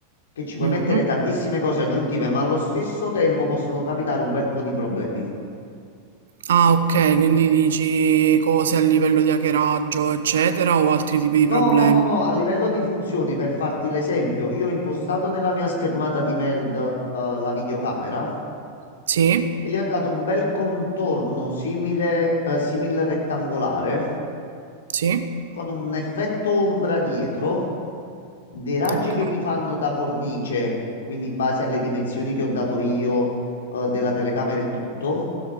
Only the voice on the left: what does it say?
che ci puoi
mettere tantissime cose aggiuntive, ma allo stesso tempo possono capitare un bel po' di problemi.
No, no, no, no, a livello di funzioni, per farti l'esempio, io ho impostato nella mia schermata di Meld, eh, la videocamera
e gli ho dato un bel contorno simile, eh, simil rettangolare.
con un effetto ombra dietro, dei raggi
che mi fanno da cornice, quindi in base alle dimensioni che ho dato io, eh, della telecamera e tutto,